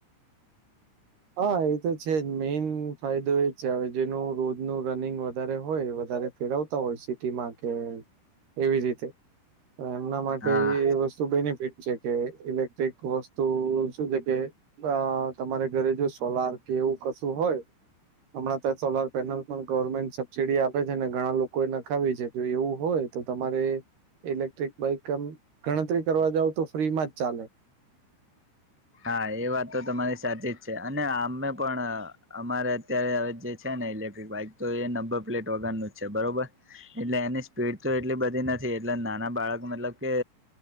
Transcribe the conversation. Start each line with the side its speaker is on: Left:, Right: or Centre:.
Right: હા એતો છે, જ મેઈન ફાયદો એજ છે, જેનું રોજનું રનિંગ વધારે હોય વધારે. ફેરવતા હોય સિટીમાં કે એવી રીતે, તો એમના માટે
Centre: હા.
Right: એ વસ્તુ બેનિફિટ છે. કે ઇલેક્ટ્રિક વસ્તુ શું છે, કે તમારે. ઘરે જો સોલર કે એવું કશું હોય, હમણાં તો સોલારપેનલ ગવર્મેન્ટ સબસીડી આપે છે, ને ઘણા લોકો એ નખાવી છે. જો એવું હોય તો તમારે, ઇલેક્ટ્રિક બાઈક આમ ગણતરી કરવા જાવ તો ફ્રીમાં જ ચાલે.
Centre: હા એ વાત તો તમારી સાચી જ છે, અને આમે પણ. અમારે અત્યારે હવે જે છે ને ઇલેક્ટ્રિક બાઈક તો એ નંબર પ્લેટ વગરનું જ છે બરોબર. એટલે એની સ્પીડ તો એટલી બધી નથી એટલે નાના બાળક મતલબ કે,